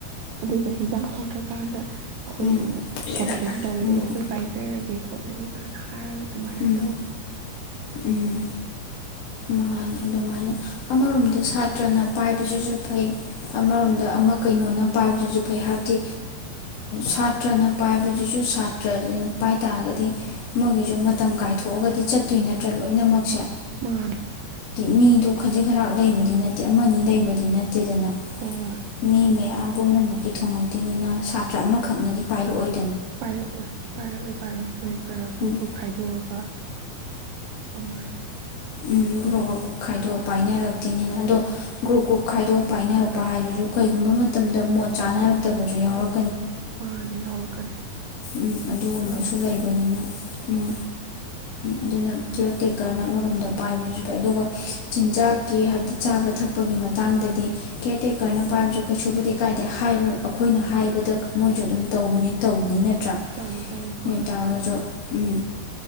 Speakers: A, on the right; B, on the left.
A: ꯑꯗꯨꯒ ꯍꯤꯟꯖꯥꯡ ꯈꯣꯠꯇ꯭ꯔꯀꯥꯟꯗ꯫ ꯑꯩꯈꯣꯏ
B: ꯎꯝ ꯎꯝ
A: ꯒꯩꯅ <unintelligible>
B: ꯎꯝ
A: ꯇꯧꯋꯦ ꯑꯗꯨꯒ
B: ꯎꯝ
A: ꯑꯩꯈꯣꯏ ꯄꯥꯏꯖꯔꯒꯦ꯫ ꯈꯣꯠꯅꯒꯦ ꯀꯥꯏꯅ ꯍꯥꯏꯔꯒ꯫ ꯑꯗꯨꯃꯥꯏ
B: ꯎꯝ
A: ꯇꯧ
B: ꯎꯝ ꯃꯥꯅꯦ ꯑꯗꯨꯃꯥꯏꯅ ꯑꯃꯔꯣꯝꯗ ꯁꯥꯇ꯭ꯔꯅ ꯄꯥꯏꯕꯁꯤꯁꯨ ꯐꯩ꯫ ꯑꯃꯔꯣꯝꯗ ꯑꯃ ꯀꯩꯅꯣꯅ꯫ ꯄꯥꯏꯕꯁꯤꯁꯨ ꯐꯩ ꯍꯥꯏꯕꯗꯤ ꯁꯥꯇ꯭ꯔꯅ ꯄꯥꯏꯕꯁꯤꯁꯨ ꯁꯥ <unintelligible> ꯄꯥꯏ ꯇꯥꯔꯒꯗꯤ꯫ ꯑꯃꯒꯤꯁꯨ ꯃꯇꯝ ꯀꯥꯏꯊꯣꯛꯑꯒꯗꯤ꯫ ꯆꯠꯇꯨꯏ ꯅꯠꯇ꯭ꯔꯥ ꯂꯣꯏꯅꯃꯛꯁꯦ꯫
A: ꯃꯥꯅꯦ
B: ꯃꯤꯗꯣ ꯈꯖꯤꯛ ꯈꯔꯥꯛ ꯂꯩꯕꯗꯤ ꯅꯠꯇꯦ ꯑꯃꯅꯤ ꯂꯩꯕꯗꯤ ꯅꯠ ꯇꯦꯗꯅ
A: ꯍꯣꯏ ꯍꯣꯏ
B: ꯃꯤ ꯃꯌꯥꯝ꯫ ꯃꯌꯥꯝ ꯄꯨꯝꯅꯃꯛꯀꯤ ꯊꯣꯉꯛꯇꯣꯏꯅꯤꯅ ꯁꯥꯇ꯭ꯔ ꯑꯃꯈꯛꯅꯗꯤ ꯄꯥꯏꯔꯛꯑꯣꯏ
A: ꯄꯥꯏꯔꯛꯑꯣꯏ ꯄꯥꯏꯔꯛꯑꯣꯏ ꯄꯥꯏꯔꯛꯑꯣꯏ ꯃꯣꯏ ꯈꯔ ꯒ꯭ꯔꯨꯞ
B: ꯎꯝ
A: ꯒ꯭ꯔꯨꯞ ꯈꯥꯏꯗꯣꯛꯑꯒ꯫ <unintelligible> ꯑꯃꯥꯏꯅ꯫
B: ꯎ ꯒ꯭ꯔꯨꯞ ꯒ꯭ꯔꯨꯞ ꯈꯥꯏꯗꯣꯛꯑ ꯄꯥꯏꯅꯔꯛꯇꯦꯅꯤꯅ ꯑꯗꯣ ꯒ꯭ꯔꯨꯞ ꯒ꯭ꯔꯨꯞ ꯈꯥꯏꯗꯣꯛꯑ ꯄꯥꯏꯅꯔꯛꯄ ꯍꯥꯏꯗꯨꯗꯤ ꯀꯩꯒꯨꯝꯕ ꯃꯇꯝꯗ ꯃꯣꯠ ꯆꯥꯅꯔꯛꯇꯕꯁꯨ ꯌꯥꯎꯔꯛ
A: ꯃꯥꯅꯦ ꯌꯥꯎꯔꯛꯀꯅꯤ
B: ꯎꯝ ꯑꯗꯨꯒꯨꯝꯕꯁꯨ
A: ꯁꯥꯎꯔꯛ ꯇꫭꯏꯅꯦ
B: ꯂꯩꯕꯅꯤꯅ
A: ꯍꫭꯏ
B: ꯎꯝ ꯑꯗꯨꯅ ꯀꯦꯌꯔ ꯇꯦꯛꯀꯔꯅ ꯑꯃꯔꯣꯝꯗ ꯄꯥꯏꯕꯗꯨꯁꯨ ꯐꯩ ꯑꯗꯨꯒ ꯆꯤꯟꯖꯥꯛꯀꯤ ꯍꯥꯏꯕꯗꯤ ꯆꯥꯕ ꯊꯛꯄꯒꯤ ꯃꯇꯥꯡꯗꯗꯤ ꯀꯦꯌꯔ ꯇꯦꯛꯀꯔꯅ ꯄꯥꯏꯕꯁꯨ ꯀꯩꯁꯨꯕꯨꯗꯤ ꯀꯥꯏꯗꯦ ꯍꯥꯏꯕ ꯑꯩꯈꯣꯏꯅ ꯍꯥꯏꯕꯗ ꯃꯣꯏꯁꯨ ꯑꯗꯨꯝ ꯇꯧꯕꯗꯤ ꯇꯧꯕꯅꯤ ꯅꯠꯇꯦ ꯅꯠꯇ꯭ꯔꯥ
A: ꯇꯧꯏ ꯇꯧꯏ
B: ꯑꯗꯨ
A: ꯃꯥꯅꯦ
B: ꯑꯣꯏꯇꯥꯔꯒꯁꯨ ꯎꯝ